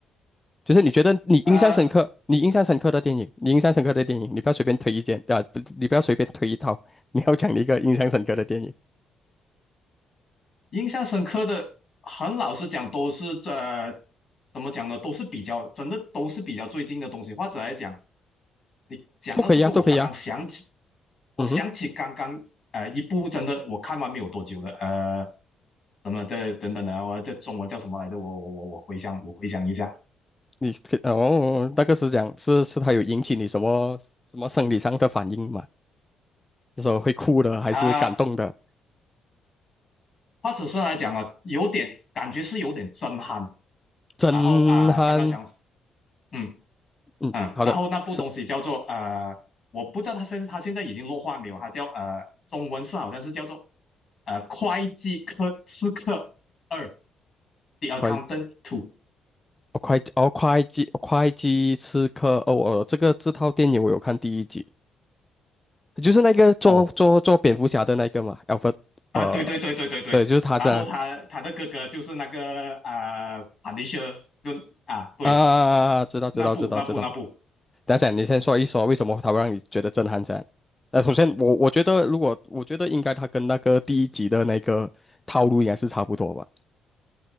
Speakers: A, on the left (about 15°); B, on the left (about 50°).
A: 就是你觉得你印象深刻，
B: 呃，
A: 你印象深刻的电影，你印象深刻的电影，你不要随便推一件啊，不，你不要随便推一套，<laughs> 你要讲一个印象深刻的电影，
B: 印象深刻的，很老实讲，都是这怎么讲呢，都是比较，真的都是比较最近的东西。或者来讲，你讲到这个，
A: 都可以啊，都可以啊。
B: 我刚刚想起，我想起刚刚呃一部真的我看完没有多久的，
A: 嗯哼，
B: 呃，怎么这等等的，我这中文叫什么来着？我我我我回想，我回想一下
A: 你可哦，那个是讲是是它有引起你什么什么生理上的反应吗？那说会哭的，还是感动的，
B: 啊、或者是来讲啊，有点感觉是有点震撼。
A: 震撼？
B: 然后啊、刚刚想。嗯。
A: 嗯，
B: 嗯，
A: 好的，
B: 然后那部东西叫做呃，
A: 刺
B: 我不知道他现它现在已经落画没有，它叫呃，中文是好像是叫做呃会计科刺客二，The
A: 会计，
B: Accountant Two。
A: 哦会计，哦会计，会计刺客，哦哦，这个这套电影我有看第一集，就是那个做做做蝙蝠侠的那个嘛
B: 哦，
A: a l f r e
B: 啊，
A: 呃，
B: 对对对对对对，
A: 对，就是他噻，
B: 然后他他的哥哥就是那个啊、呃 p u n i s h e 就啊对，
A: 啊，知道知道知道知道，
B: 那部那部那部
A: 等一下你先说一说为什么他会让你觉得震撼噻？呃，首先我我觉得如果我觉得应该他跟那个第一集的那个套路应该是差不多吧，